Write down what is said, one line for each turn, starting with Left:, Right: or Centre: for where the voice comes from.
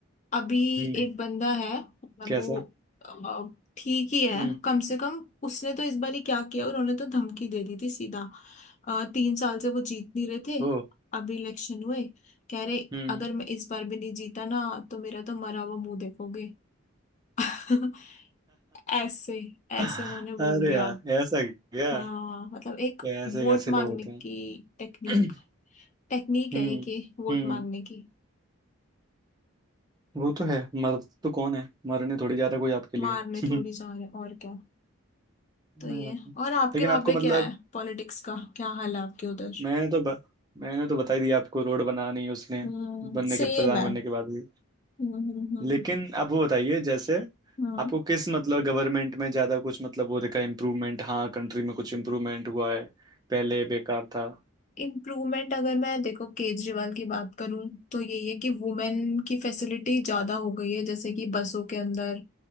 Left: अभी
Right: हम्म
Left: एक बंदा है मतलब
Right: कैसा
Left: वो अ, ठीक ही है
Right: हम्म
Left: कम से कम उसने तो इस बार ही क्या किया उन्होंने तो धमकी दे दी थी सीधा अ, तीन साल से वो जीत नहीं रहे थे
Right: ओ
Left: अभी इलेक्शन हुए कह रहे
Right: हम्म
Left: अगर मैं इस बार भी नहीं जीता ना तो मेरा तो मरा हुआ मुंह देखोगे <laughs> ऐसे
Right: <laughs>
Left: ऐसे उन्होंने
Right: अरे
Left: बोल दिया
Right: यार ऐसा क्या
Left: हाँ मतलब एक
Right: कैसे
Left: वोट
Right: कैसे
Left: मांगने
Right: लोग होते
Left: की टेक्निक
Right: हैं <clears throat>
Left: टेक्निक
Right: हम्म
Left: है ये कि वोट
Right: हम्म
Left: मांगने की
Right: वो तो है मर तो कौन है मरने थोड़ी जा रहा कोई आपके लिए
Left: मारने थोड़ी
Right: <laughs>
Left: जा रहे हैं, और क्या तो ये
Right: हाँ,
Left: और आपके
Right: लेकिन
Left: वहां
Right: आपको
Left: पे
Right: मतलब
Left: क्या है पॉलिटिक्स का क्या हाल है आपके उधर
Right: मैंने तो ब, मैंने तो बता ही दिया आपको रोड बनानी उसने
Left: हम्म
Right: बनने
Left: सेम
Right: के प्रधान
Left: है
Right: बनने के बाद भी
Left: हम्म हम्म
Right: लेकिन आप वो बताइए जैसे
Left: हम्म
Right: आपको किस मतलब गवर्नमेंट में ज्यादा कुछ मतलब वो देखा इम्प्रूवमेंट हाँ कंट्री में कुछ इम्प्रूवमेंट हुआ है पहले बेकार था
Left: इम्प्रूवमेंट अगर मैं देखो केजरीवाल की बात करूं तो यही है कि वुमेन की फैसिलिटी ज्यादा हो गई है जैसे कि बसों के अंदर